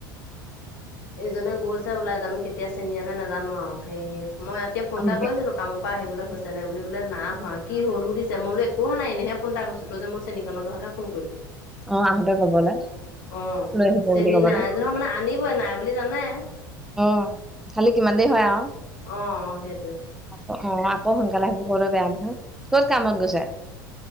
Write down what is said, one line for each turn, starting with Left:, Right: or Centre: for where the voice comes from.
Left: এইজনে গৈছে ওলাই, জানোঁ! কেতিয়া চেনি আনে, নাজানোঁ আৰু। হেৰি, মই এতিয়া ফোন
Centre: আহোতে
Left: এটা কৰিছিলোঁ। কামৰ পৰা আহিবলৈ হৈছে নাই বুলি, বোলে নাই হোৱা। কি হ'ল সুধিছে, মই বোলো, একো হোৱা নাই, এনেহে ফোন এটা কৰিছোঁ। তই যে, মই চেনীকন জহতে ফোন কৰিছোঁ।
Centre: অ আহোতে কবলে
Left: অ'!
Centre: লৈ আহিব বুলি
Left: চেনী
Centre: কবলে
Left: নাই যে। মানে, আনিবই। নাই বুলি জানে।
Centre: অ'! খালি কিমান দেৰি হয় আৰু?
Left: অ' অ'! সেইটোৱে।
Centre: অ'! আকৌ সোনকালে আহিবলে, ক'বলে বেয়া নহয়। ক'ত কামত গৈছে?